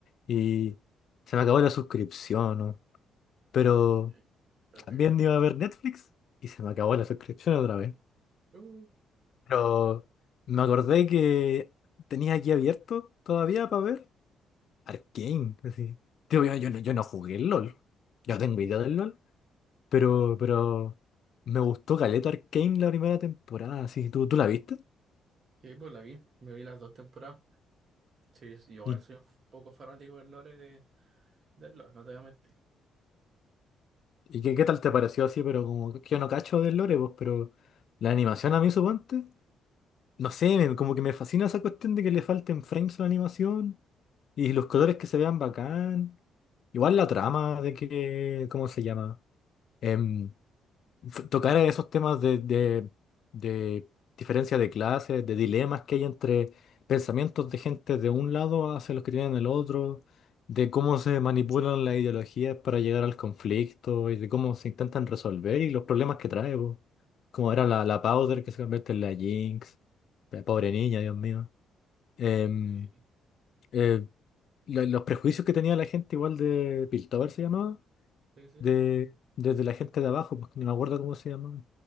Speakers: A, on the left; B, on the right.
A: Y se me acabó la suscripción. ¿no? Pero
B: eh, terrible.
A: también iba a ver Netflix. Y se me acabó la suscripción otra vez.
B: Uh,
A: Pero me acordé que tenía aquí abierto todavía para ver. Arcane, así. Tío, yo, yo, no yo no jugué el LOL. Yo no tengo idea del LOL. Pero, pero me gustó Caleta Arcane la primera temporada, así. ¿Tú, tú la viste?
B: sí, pues la vi, me vi las dos temporadas. Sí, yo igual
A: ¿Y,
B: soy un poco fanático del lore de, del lore, no te voy a mentir.
A: y qué, qué tal te pareció así? Pero como que yo no cacho del lore, pues, pero la animación a mí, suponte. No sé, me- como que me fascina esa cuestión de que le falten frames a la animación. Y los colores que se vean bacán. Igual la trama de que, ¿cómo se llama? Em, f- tocar esos temas de, de, de diferencia de clases, de dilemas que hay entre pensamientos de gente de un lado hacia los que tienen el otro, de cómo se manipulan las ideologías para llegar al conflicto y de cómo se intentan resolver y los problemas que trae, po. Como era la, la Powder que se convierte en la Jinx, la pobre niña, Dios mío. Em,
B: Sí,
A: eh, lo- los prejuicios que tenía la gente igual de Piltover se llamaba
B: sí, sí.
A: de, desde la gente de abajo, porque ni me acuerdo cómo se llamaba.